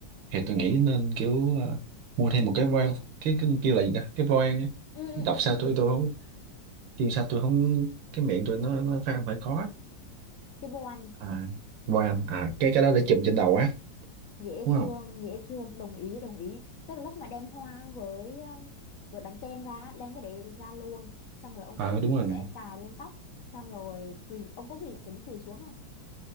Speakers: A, on the right (about 75°); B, on the left (about 75°).
A: thì tôi nghĩ nên kiểu ờ, mua thêm một cái voi cái, cái kêu là gì ta cái voan á
B: Ừ, ừ,
A: đọc
B: ừ,
A: sao
B: ừ.
A: tôi tôi không kêu sao tôi không cái miệng tôi nó nó phát âm hơi khó
B: Cái vô ăn
A: à, voan à cái cái đó để chùm trên đầu á
B: dễ
A: đúng
B: thương
A: không
B: dễ thương đồng ý đồng ý tức là lúc mà đem hoa với um, với bánh kem ra đem cái đấy ra luôn xong rồi ông
A: ờ
B: sẽ
A: đúng rồi
B: sẽ cài lên tóc xong rồi quỳ ông có quỳ tính quỳ xuống không